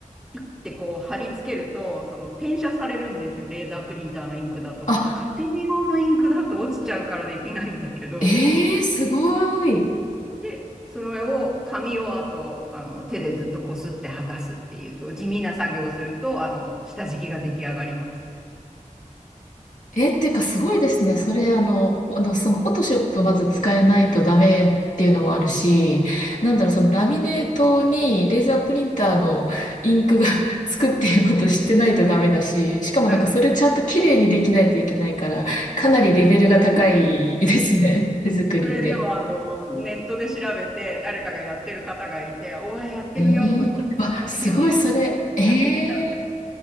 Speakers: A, in the centre; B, on the left.
A: ってこう貼り付けると、その転写されるんですよ、レーザープリンターのインクだと。
B: あ、
A: なんか家庭用のインクだと落ちちゃうからできないんだけど、
B: ええすごい。
A: で、それを、紙をあと、あの、手でずっとこすって剥がすっていうと、地味な作業をすると、あの、下敷きが出来上がります。
B: えーってかすごいですね。それ、あの、あの、その、フォトショップまず使えないとダメっていうのもあるし、なんだろう、そのラミネートにレーザープリンターのインクが <laughs> つくっていうことを知ってないとダメだし、しかもなんかそれをちゃんと綺麗にできないといけないから、
A: あの
B: かなりレベルが高いですね。手作りで。
A: それでもあのネットで調べて誰かがやってる方がいて、おわ、やってみようと思って初めて
B: ええあ、すごい、それ。え
A: やってみたんです。
B: え